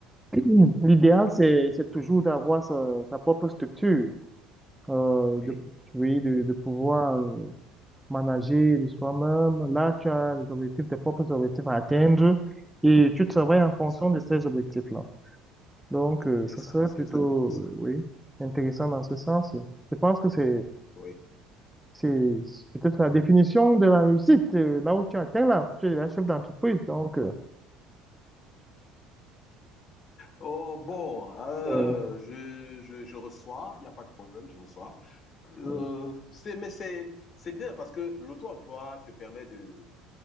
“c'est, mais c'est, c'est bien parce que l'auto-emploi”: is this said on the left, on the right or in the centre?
Left